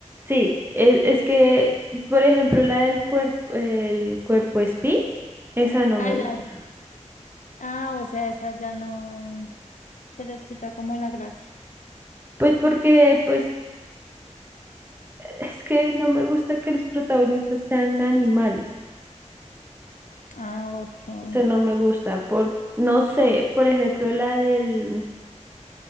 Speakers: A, on the right; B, on the left.
A: Sí, e- es, que, por ejemplo, la del cuerpo, el cuerpo espí, esa no
B: Ah,
A: me
B: ya.
A: gusta.
B: Ah, o sea, esas ya no se les quita como la gracia.
A: Pues porque, pues, es que no me gusta que los protagonistas sean animales.
B: Ah, ok.
A: Eso no me gusta. Por, no sé, por ejemplo, la del